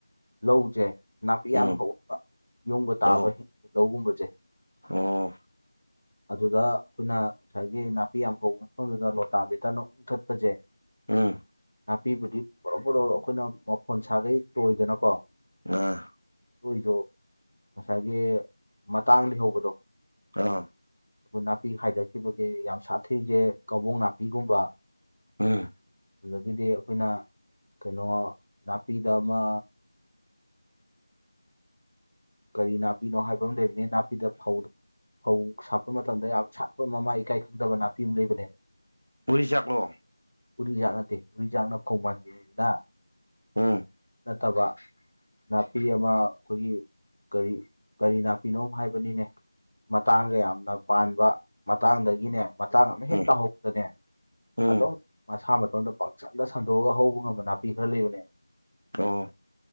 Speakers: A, on the left; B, on the right.
A: ꯂꯧꯖꯩ ꯅꯥꯄꯤ ꯌꯥꯝ
B: ꯎꯝ
A: ꯍꯧꯔꯛꯄ ꯌꯣꯒ ꯇꯥꯕ
B: ꯑꯣ
A: ꯂꯧꯒꯨꯝꯕꯗ
B: ꯑꯣ
A: ꯑꯗꯨꯗ ꯑꯩꯈꯣꯏꯅ ꯉꯁꯥꯏꯒꯤ ꯅꯥꯄꯤ ꯌꯥꯝ ꯍꯧꯕ ꯃꯐꯝꯗꯨꯗ ꯂꯣꯇꯥ ꯕꯤꯇꯥꯅ ꯃꯨꯊꯠꯄꯁꯦ
B: ꯎꯝ
A: ꯅꯥꯄꯤꯕꯨꯗꯤ ꯄꯨꯂꯞ ꯄꯨꯂꯞ ꯑꯩꯈꯣꯏꯅ ꯃꯐꯣꯟ ꯁꯥꯒꯩ ꯇꯣꯏꯗꯅꯀꯣ
B: ꯑꯥ
A: ꯑꯗꯨ ꯑꯣꯏꯁꯨ ꯉꯁꯥꯏꯒꯤ ꯃꯇꯥꯡꯗꯤ ꯍꯧꯕꯗꯣ
B: ꯑꯥ
A: ꯑꯩꯈꯣꯏ ꯅꯥꯄꯤ ꯍꯥꯏꯊꯈꯤꯕꯒꯤ ꯌꯥꯝ ꯁꯥꯊꯩꯁꯦ ꯀꯕꯣꯛ ꯅꯥꯄꯤꯒꯨꯝꯕ
B: ꯑꯥ
A: ꯑꯗꯨꯗꯒꯤꯗꯤ ꯑꯩꯈꯣꯏꯅ ꯀꯩꯅꯣ ꯅꯥꯄꯤꯗ ꯑꯃ ꯀꯔꯤ ꯅꯥꯄꯤꯅꯣ ꯍꯥꯏꯕ ꯑꯃ ꯂꯩꯔꯤꯅꯦ ꯅꯥꯄꯤꯗ ꯐꯧꯗ ꯐꯧ ꯁꯥꯠꯄ ꯃꯇꯝꯗ ꯌꯥꯝ ꯁꯥꯠꯄ ꯃꯃꯥꯏ ꯏꯀꯥꯏ ꯈꯪꯗꯕ ꯅꯥꯄꯤ ꯑꯃ ꯂꯩꯕꯅꯦꯕ
B: ꯄꯨꯔꯤ ꯆꯥꯛꯂꯣ
A: ꯎꯔꯤꯖꯥꯛ ꯅꯠꯇꯦ ꯎꯔꯤꯖꯥꯛꯅ ꯐꯧ ꯃꯥꯟꯕꯤꯔꯤꯁꯤꯗ
B: ꯎꯝ
A: ꯅꯠꯇꯕ ꯅ ꯅꯥꯄꯤ ꯑꯃ ꯑꯩꯈꯣꯏꯒꯤ ꯀꯔꯤ ꯀꯔꯤ ꯅꯥꯄꯤꯅꯣ ꯍꯥꯏꯕꯅꯤꯅꯦ ꯃꯇꯥꯡꯒ ꯌꯥꯝꯅ ꯄꯥꯟꯕ ꯃꯇꯥꯡꯗꯒꯤꯅꯦ ꯃꯇꯥꯡ ꯑꯃ ꯍꯦꯛ
B: ꯎꯝ
A: ꯇꯥꯍꯧꯕꯗꯅꯦ
B: ꯎꯝ
A: ꯑꯗꯨꯝ ꯃꯁꯥ ꯃꯇꯣꯝꯗ ꯄꯥꯛꯆꯟꯗ ꯁꯟꯗꯣꯛꯑꯒ ꯍꯧꯕ ꯉꯝꯕ ꯅꯥꯄꯤ ꯈꯔ ꯂꯩꯕꯅꯦꯕ
B: ꯑꯣ